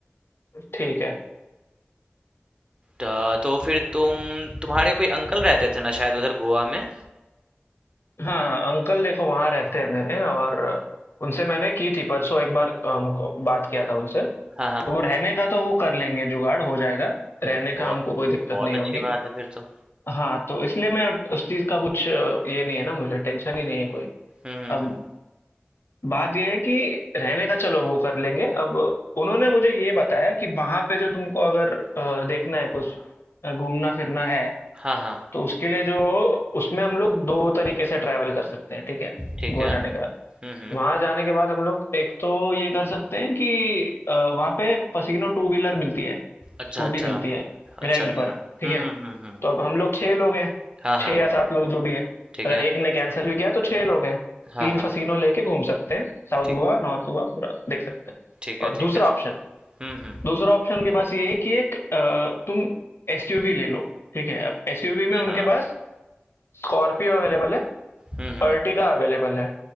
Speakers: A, on the left; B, on the right.
A: ठीक है
B: त- तो फिर तुम तुम्हारे कोई अंकल रहते थे ना शायद उधर गोवा में
A: हाँ हाँ अंकल देखो वहाँ रहते हैं मेरे और उनसे मैंने की थी परसों एक बार अ, उनको बात किया था उनसे तो
B: हाँ हाँ
A: वो रहने का तो वो कर लेंगे जुगाड़ हो जाएगा रहने
B: तब तो बहुत
A: का हमको कोई दिक्कत
B: बहुत
A: नहीं
B: अच्छी
A: होगी
B: बात है फिर तो
A: हाँ तो इसलिए मैं उस चीज का कुछ अ, ये नहीं है ना मुझे टेंशन ही नहीं है कोई
B: हम्म
A: अब
B: हम्म हम्म,
A: बात ये है कि रहने का चलो वो कर लेंगे अब उन्होंने मुझे ये बताया कि वहां पे जो तुमको अगर अ, देखना है कुछ अ, घूमना फिरना है
B: हाँ हाँ
A: तो उसके लिए जो उसमें हम लोग दो तरीके से ट्रैवल कर सकते हैं ठीक है
B: ठीक
A: गोवा
B: है
A: जाने के बाद
B: हम्म हम्म
A: वहाँ जाने के बाद हम लोग एक तो ये कर सकते हैं कि अ, वहाँ पे पसीनो टू व्हीलर मिलती है,
B: अच्छा
A: स्कूटी
B: अच्छा
A: मिलती है
B: अच्छा
A: रेंट
B: अच्छा
A: पर,
B: हम्म
A: ठीक है?
B: हम्म हम्म हम्म,
A: तो अब हम लोग 6 लोग हैं,
B: हाँ
A: 6
B: हाँ
A: या 7 लोग जो भी हैं।
B: ठीक
A: अगर
B: है
A: एक ने कैंसिल भी किया तो 6 लोग हैं।
B: हाँ
A: 3
B: हाँ
A: फसीनो लेके घूम सकते हैं, साउथ
B: ठीक
A: गोवा, नॉर्थ गोवा पूरा देख सकते हैं।
B: ठीक है
A: और
B: ठीक
A: दूसरा
B: है
A: ऑप्शन,
B: हम्म हम्म
A: दूसरा ऑप्शन उनके पास ये है कि एक अ, तुम एसयूवी ले लो, ठीक है? अब एसयूवी
B: अच्छा
A: में उनके पास स्कॉर्पियो अवेलेबल है,
B: हम्म हम्म
A: अर्टिगा अवेलेबल है,